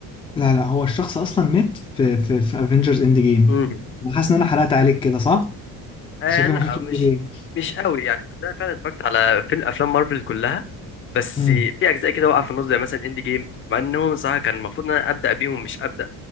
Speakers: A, on the left (about 15°); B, on the left (about 35°).
A: لا لا هو الشخص اصلا مات في في في افنجرز اند جيم
B: امم
A: حاسس ان انا حرقت عليك كده صح؟ أنت
B: آه
A: شكلك
B: لا
A: ما شفتش
B: مش
A: اند جيم
B: مش قوي يعني انا فعلا اتفرجت على فيلم افلام مارفل كلها بس
A: <laughs>
B: في اجزاء كده وقع في النص زي مثلا اند جيم مع انهم صراحه كان المفروض ان انا ابدا بيهم مش ابدا